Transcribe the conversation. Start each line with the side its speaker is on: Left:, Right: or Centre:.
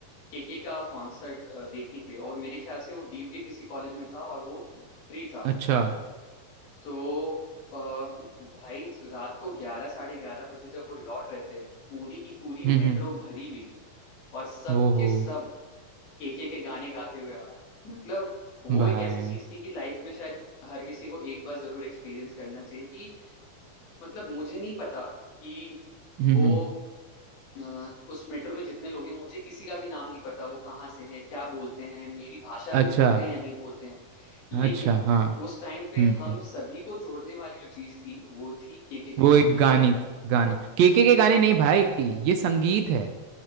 Left: केके का कॉन्सर्ट देखने के लिए और मेरे ख्याल से वो डीयू के किसी कॉलेज में था और वो फ्री था
Right: अच्छा
Left: तो अ, भाई रात को ग्यारह साढ़े ग्यारह बजे जब वो लौट रहे थे पूरी की पूरी
Right: हम्म
Left: मेट्रो
Right: हम्म
Left: भरी हुई और सब
Right: वो हो
Left: के सब केके के गाने गाते हुए आ रहे हैं मतलब वो
Right: भाई
Left: एक ऐसी चीज थी कि लाइफ में शायद हर किसी को एक बार जरूर एक्सपीरियंस करना चाहिए कि मतलब मुझे नहीं पता कि
Right: हम्म
Left: वो
Right: हम्म,
Left: अ, उस मेट्रो में जितने लोग हैं मुझे किसी का भी नाम नहीं पता वो कहाँ से है क्या बोलते हैं मेरी भाषा भी
Right: अच्छा
Left: बोलते हैं या नहीं बोलते हैं लेकिन
Right: अच्छा हाँ
Left: उस टाइम पे
Right: हम्म
Left: हम सभी को जोड़ने वाली जो चीज थी वो थी केके के
Right: वो
Left: गाने
Right: एक गानित गाना केके के गाने नहीं भाई ये संगीत है